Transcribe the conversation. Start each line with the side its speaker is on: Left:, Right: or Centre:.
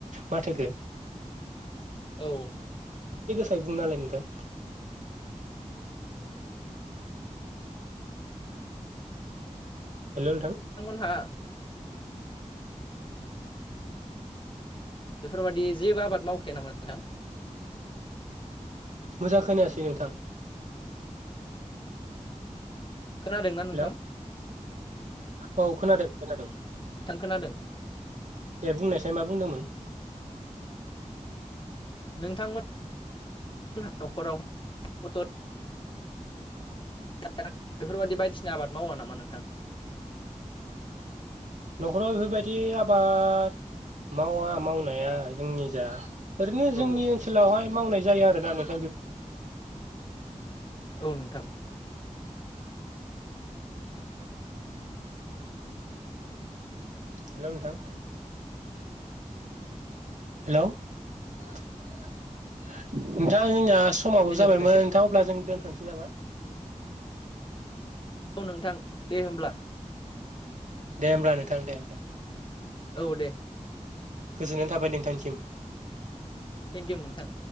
Right: माथोखो
Left: औ।
Right: बुंना होलाय नोंथां।
Left: <inaudible> नोंथांमोनहा
Right: हेलौ नोंथां
Left: बेफोरबायदि जेबो आबाद मावखाया नामा नोंथां?
Right: मोजां खोनायासै नोंथां।
Left: खोनादों ना
Right: हेलौ
Left: नोंथां?
Right: औ खोनादों। खोनादों।
Left: थां खोनादों।
Right: दे बुंनायसाय मा बुंदोंमोन?
Left: नोंथांमोन न'खराव फट <unintelligible> बेफोरबादि बायदिसिना आबाद मावा नामा नोंथां?
Right: न'खराव बेफोरबायदि आबाद मावा मावनाया जोंनि जा ओरैनो जोंनि
Left: औ
Right: ओनसोलावहाय मावनाय जाया आरो <unintelligible>
Left: औ औ नोंथां।
Right: हेल' नोंथां हेल' नोंथां जोंना समाबो
Left: देनाय
Right: जाबायमोन
Left: बुंनायसै
Right: नोंथां अब्ला जों दोन नोसै नामा?
Left: औ नोंथां दे होमब्ला।
Right: दे होमब्ला नोंथां दे दे।
Left: औ दे।
Right: गोजोननाय थाबाय नोंथांसिम।
Left: थेंक इउ नोंथां।